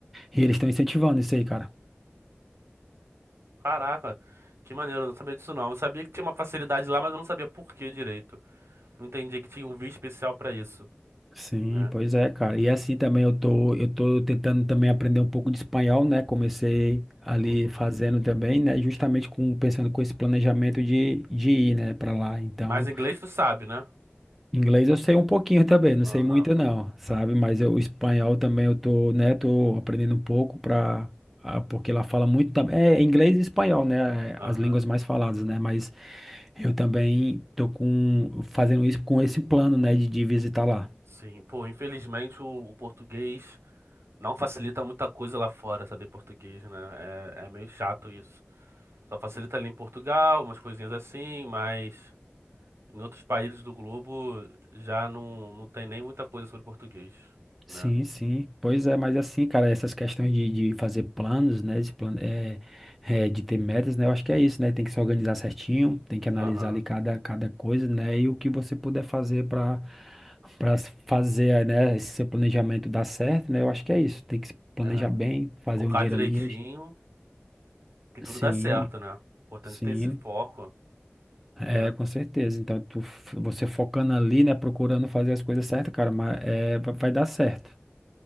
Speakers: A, in the centre; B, on the right.
A: e eles estão incentivando isso aí, cara.
B: Caraca, que maneiro, eu não sabia disso não. Eu sabia que tinha uma facilidade lá, mas eu não sabia por que direito. Não entendi que tinha um visto especial pra isso,
A: Sim,
B: né?
A: pois é, cara. E assim também eu tô, eu tô tentando também aprender um pouco de espanhol, né? Comecei ali
B: Uhum.
A: fazendo também, né? Justamente com pensando com esse planejamento de, de ir, né, para lá. Então
B: Mas inglês tu sabe, né?
A: Inglês eu sei um pouquinho também, não
B: Aham,
A: sei muito não, sabe? Mas eu, o espanhol também eu tô, né, tô aprendendo um pouco para porque lá fala muito também. É inglês e espanhol, né? É,
B: aham.
A: As línguas mais faladas, né? Mas eu também tô com fazendo isso com esse plano, né, de, de visitar lá.
B: Sim, pô, infelizmente o, o português não facilita muita coisa lá fora, saber português, né? É, é meio chato isso. Só facilita ali em Portugal, umas coisinhas assim, mas. Em outros países do globo já não, não tem nem muita coisa sobre português, né?
A: Sim, sim. Pois é, mas assim, cara, essas questões de, de fazer planos, né? De, plan é, é, de ter metas, né? Eu acho que é isso, né? Tem que se organizar certinho, tem que analisar
B: Aham,
A: ali cada, cada coisa, né? E o que você puder fazer para para fazer, né, esse seu planejamento dar certo, né? Eu acho que é isso. Tem que se planejar
B: é.
A: bem, fazer
B: Focar
A: um dinheiro
B: direitinho,
A: ali extra.
B: que tudo
A: Sim,
B: dá certo, né? Importante
A: sim.
B: ter esse foco,
A: É,
B: né?
A: com certeza. Então, tu, f- você focando ali, né? Procurando fazer as coisas certas, cara, mas é, vai vai dar certo.